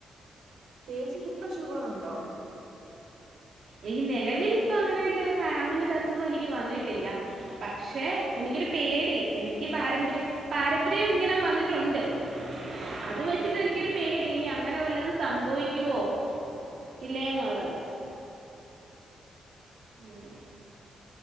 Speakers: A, on the right; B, on the right.
A: ചേച്ചിക്ക് ഇപ്പ ഷുഗറുണ്ടോ
B: എനിക്ക്‌ നിലവിൽ ഇപ്പ അങ്ങനെ ഒരു അങ്ങനൊരു അസുഖം എനിക്ക് വന്നിട്ടില്ല പക്ഷെ എനിക്കൊരു പേടി എനിക്ക് പാരമ്പര്യ പാരമ്പര്യോം ഇങ്ങനെ വന്നിട്ടുണ്ട് അത് വെച്ചിട്ട് എനിക്കൊരു പേടി ഇനി അങ്ങനെ വല്ലതും സംഭവിക്കുവോ? ഇല്ലയോന്നുള്ളത് ഉമ്